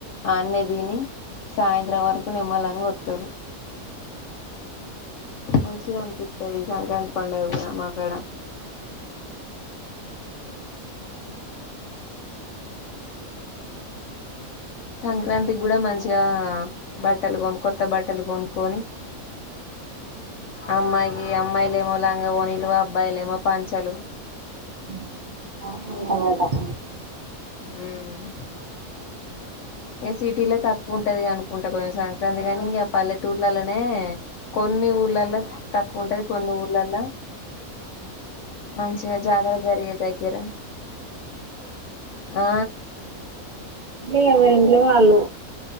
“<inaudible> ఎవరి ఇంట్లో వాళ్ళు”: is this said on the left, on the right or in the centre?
Right